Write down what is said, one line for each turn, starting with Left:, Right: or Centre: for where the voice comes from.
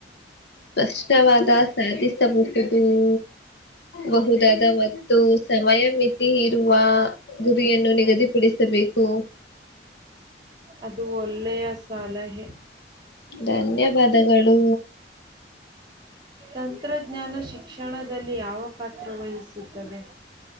Left: ಸ್ಪಷ್ಟವಾದ ಸಾಧಿಸಬಹುದುೂಊ ಬಹುದಾದ ಮತ್ತು ಸಮಯ ಮಿತಿ ಇರುವ ಗುರಿಯನ್ನು ನಿಗದಿಪಡಿಸ ಬೇಕು
Right: ಅದು ಒಳ್ಳೆಯ ಸಲಹೆ.
Left: ಧನ್ಯವಾದಗಳು
Right: ತಂತ್ರಜ್ಞಾನ ಶಿಕ್ಷಣದಲ್ಲಿ ಯಾವ ಪಾತ್ರ ವಹಿಸುತ್ತದೆ